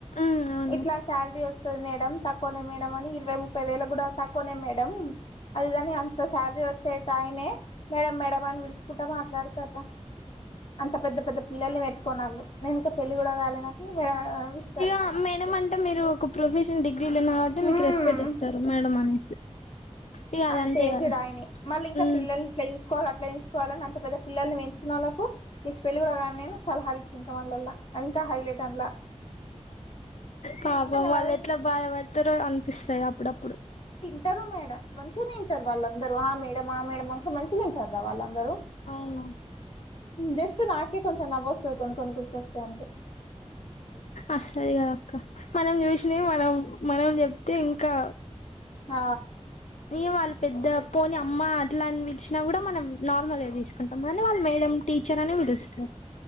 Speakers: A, on the left; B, on the left.
A: మ్మ్ అవును
B: ఇట్ల శాలరీ వస్తుంది మేడం తక్కువనే మేడం అని ఇరవై ముప్పై వేలు కూడా తక్కువనే మేడం అదిదని అంత శాలరీ వచ్చే టయనే మేడం మేడ అని పిలుసుకుంటా మాట్లాడతార అంత పెద్ద పెద్ద పిల్లల్ని <unintelligible> నేను ఇకా పెళ్ళి కూడ <unintelligible> నాకు అనిపిస్తారు
A: ఇగ మేడం అంటే మీరు ఒక ప్రొఫెషనల్ డిగ్రీలో ఉని కాబట్టి
B: మ్మ్
A: మీకు రెస్పెక్ట్ ఇస్తారు మేడం అనేసి ఇగ అది
B: అంత
A: అంతే
B: తేజుడు
A: కదా
B: అతనే మళ్ళీ ఇంకా
A: ఉమ్
B: పిల్లలు ఎట్లా చూసుకోవాల అట్ల చూసుకోవాల అంత పెద్ద పిలల్ని పెం <unintelligible> వాళ్లకు <unintelligible> కూడ గానీ నేను సలహాలు ఇక్ ఇంకా వాళ్ళల అది ఇంకా హైలైట్ అనలా
A: పాపం వాళ్ళు
B: రా
A: ఎట్ల బాధపడతారో అనిపిస్తాయి అప్పుడప్పుడు
B: తింటారు మేడం మంచిగనే <unintelligible> టారు వాళ్ళందరు మేడ ఆ మేడ అంత మంచిగా <unintelligible> వాళ్ళందరూ
A: అవును
B: జస్ట్ నాకే కొంచెం నవ్వు వస్తది కొన్ని కొని గుర్తొస్తే అంతే
A: అసలు కదక్క మనం చూసినవి మనం మనం <unintelligible> థె ఇంకా
B: ఆ
A: <unintelligible> వాళ్ళ పెద్ద పోని అమ్మ అట్లా అని పలిచినా కూడా మనం నార్మల్గా తీస్ కుంటాం కానీ వాళ్ళ మేడం టీచర్ అని పిలుస్త